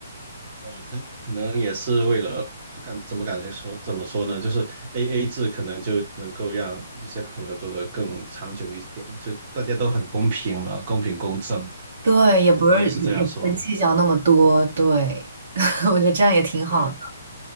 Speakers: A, on the right; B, on the right.
A: 哦，他可能也是为了，就感怎么感觉说怎么说呢？就是 AA 制可能就能够让一些朋友做得更长久一点，就大家都很公平嘛，公平公正。
B: 对，
A: 对，
B: 也不是也也不会计较那么多，
A: 很多人是这样说。
B: 对，<laughs> 我觉得这样也挺好的。
A: 对。